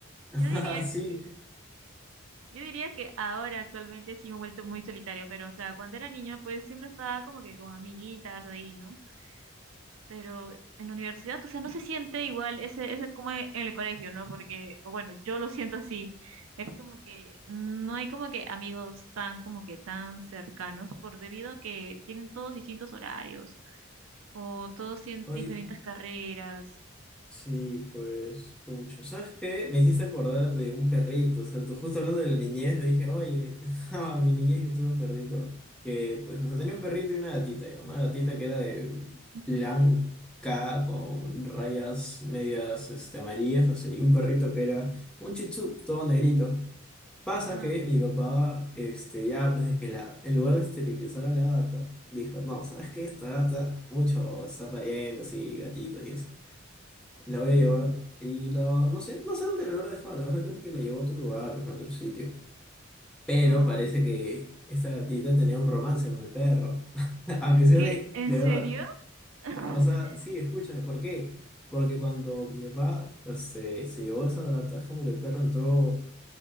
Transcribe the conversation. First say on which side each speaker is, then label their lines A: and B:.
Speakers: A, in the centre; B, on the right.
A: <laughs>
B: Yo diría
A: sí,
B: que, yo diría que ahora actualmente sí me he vuelto muy solitaria, pero o sea, cuando era niña pues siempre estaba como que con amiguitas ahí, ¿no? pero en la universidad, o sea, no se siente igual ese, ese como en, en el colegio, ¿no? Porque, o bueno, yo lo siento así. Es como que no hay como que amigos tan, como que tan cercanos, por debido a que tienen todos distintos horarios, o todos tienen
A: oye,
B: diferentes carreras.
A: Sí, pues, pucha, ¿sabes qué? Me hiciste acordar de un perrito, o sea, tú justo hablando de la niñez, dije, oye, <laughs> a mi niñez yo tuve un perrito, que, pues, o sea, tenía un perrito y una gatita, ya, una gatita que era de
B: Ujú.
A: blanca, con rayas medias, este, amarillas, así, y un perrito que era un chichú, todo negrito. Pasa
B: Ah,
A: que mi papá, este, ya, pues, es que la, en lugar de esterilizar a la gata, dijo, no, ¿sabes qué? Esta gata, mucho está pariendo, así, gatitos y eso. La voy
B: mm,
A: a llevar y la... No sé, no sé dónde la habrá dejado. La verdad creo que la llevó a otro lugar, pues a otro sitio. Pero
B: oh.
A: parece que esta gatita tenía un romance con el perro. <laughs> Aunque sea
B: ¿Qué?
A: de,
B: ¿En
A: de
B: serio?
A: verdad.
B: <laughs>
A: O sea, sí, escúchame, ¿por qué? Porque cuando mi papá se, se llevó a esa gata, es como que el perro entró